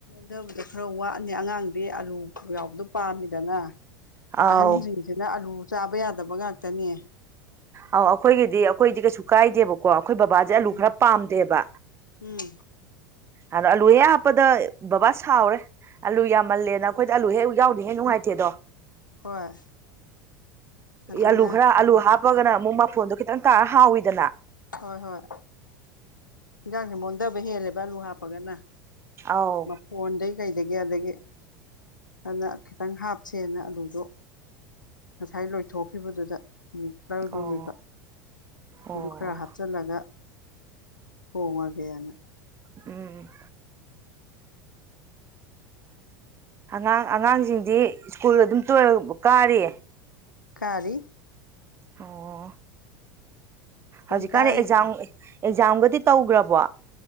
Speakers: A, on the left; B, on the right.
A: ꯑꯗꯨꯕꯨꯗꯤ ꯈꯔ ꯋꯥꯠꯂꯤ ꯑꯉꯥꯡꯗꯤ ꯑꯂꯨ ꯌꯥꯎꯕꯗꯣ ꯄꯥꯝꯃꯤꯗꯅ
B: ꯑꯥꯎ
A: ꯑꯍꯟꯗꯤ ꯁꯤꯡꯗꯅ ꯑꯂꯨ ꯆꯥꯕ ꯌꯥꯗꯕ ꯉꯥꯛꯇꯅꯦ
B: ꯑꯧ ꯑꯩꯈꯣꯏꯒꯤꯗꯤ ꯑꯩꯈꯣꯏꯗꯤ ꯀꯩꯁꯨ ꯀꯥꯏꯗꯦꯕꯀꯣ ꯑꯩꯈꯣꯏ ꯕꯕꯥꯁꯦ ꯑꯂꯨ
A: ꯎꯝ
B: ꯈꯔ ꯄꯥꯝꯗꯦꯕ
A: ꯎꯝ
B: ꯑꯗꯥ ꯑꯂꯨ ꯍꯦꯛ ꯍꯥꯞꯄꯗ ꯕꯕꯥ ꯁꯥꯎꯔꯦ ꯑꯂꯨ ꯌꯥꯝꯃꯜꯂꯦꯅ ꯑꯩꯈꯣꯏꯗꯤ ꯑꯂꯨ ꯍꯦꯛ ꯌꯥꯎꯗꯗꯤ ꯍꯦꯛ ꯅꯨꯡꯉꯥꯏꯇꯦꯗꯣ
A: ꯍꯣꯏ ꯑꯗꯨꯅ
B: ꯑꯜꯂꯨ ꯈꯔ ꯑꯜꯂꯨ ꯍꯥꯞ ꯍꯥꯞꯄꯒꯅ ꯑꯃꯨꯛ ꯃꯐꯣꯟꯗꯣ ꯈꯤꯇꯪ ꯇꯥꯔ ꯍꯥꯎꯏꯤꯗꯅ
A: ꯍꯣꯏ ꯍꯣꯏ ꯏꯟꯖꯥꯡꯁꯦ ꯃꯣꯟꯊꯕ ꯍꯦꯜꯂꯦꯕ ꯑꯂꯨ ꯍꯥꯄ ꯄꯒꯅ
B: ꯑꯧ
A: ꯃꯄꯪ ꯃꯐꯣꯟꯗꯒꯤ ꯀꯩꯗꯒꯤ ꯑꯗꯒꯤ ꯑꯩꯅ ꯈꯤꯠꯇꯪ ꯍꯥꯞꯁꯦꯅ ꯑꯂꯨꯗꯣ ꯉꯁꯥꯏ ꯂꯣꯏꯊꯣꯛꯈꯤꯕꯗꯨꯗ ꯑꯃꯨꯛ ꯂꯧꯔꯨꯔꯤꯕ
B: ꯑꯣ ꯑꯣ
A: ꯑꯗꯨ ꯈꯔ ꯍꯥꯞ ꯍꯥꯞꯆꯤꯜꯂꯒ ꯊꯣꯡꯉꯒꯦꯅ
B: ꯎꯝ ꯑꯉꯥꯡ ꯑꯉꯥꯡꯁꯤꯡꯗꯤ ꯁ꯭ꯀꯨꯜ ꯑꯗꯨꯝ ꯇꯣꯏꯅ ꯀꯥꯔꯤ?
A: ꯀꯥꯔꯤ
B: ꯑꯣ
A: ꯁ꯭ꯀꯨꯜ
B: ꯍꯧꯖꯤꯛꯀꯥꯟꯗꯤ
A: ꯀꯥꯔꯤ
B: ꯑꯦꯛꯖꯥꯝ ꯑꯦꯛꯖꯥꯝꯒꯗꯤ ꯇꯧꯈꯔꯕꯣ